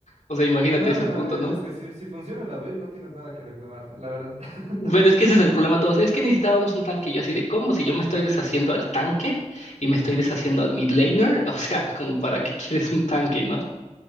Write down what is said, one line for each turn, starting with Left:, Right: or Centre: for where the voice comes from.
Left: O sea, imagínate
Right: No,
Left: ese
Right: no, no,
Left: punto,
Right: eh,
Left: ¿no?
Right: es que si, si funciona la build no tienes nada que reclamarle, la verdad. <laughs>
Left: Pero es que ese es el problema todos. Es que necesitábamos un tanque. Yo así de cómo, si yo me estoy deshaciendo al tanque y me estoy deshaciendo al mid laner, <laughs> o sea, como para qué quieres un tanque, ¿no?